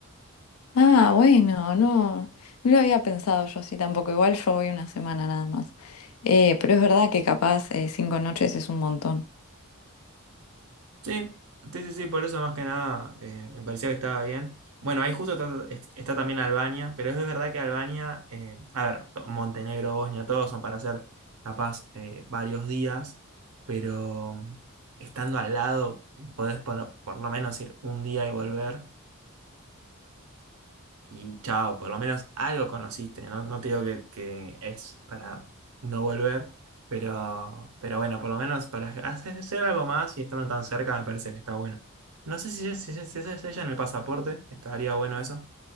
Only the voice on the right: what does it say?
Sí, sí, sí, sí, por eso más que nada eh, me parecía que estaba bien. Bueno, ahí justo está, está también Albania, pero es verdad que Albania, eh, a ver, Montenegro, Bosnia, todos son para hacer capaz eh, varios días, pero estando al lado podés por, por lo menos ir un día y volver y chao, por lo menos algo conociste, no, no te digo que, que es para no volver, pero, pero bueno, por lo menos para hacer, hacer algo más y estando tan cerca me parece que está bueno. No sé si es, si es- si es ella en el pasaporte, estaría bueno eso,